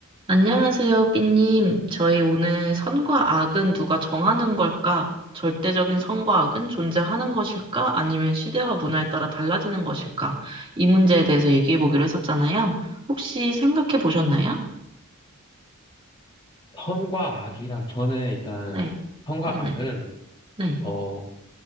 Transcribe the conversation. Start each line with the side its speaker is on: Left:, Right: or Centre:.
Right: 안녕하세요, 삐님. 저희 오늘 선과 악은 누가 정하는 걸까? 절대적인 선과 악은 존재하는 것일까? 아니면 시대와 문화에 따라 달라지는 것일까? 이 문제에 대해서 얘기해 보기로 했었잖아요. 혹시 생각해 보셨나요?
Left: 선과 악이라 저는 일단은
Right: 네,
Left: 선과
Right: 네네,
Left: 악은
Right: 네, 네.
Left: 어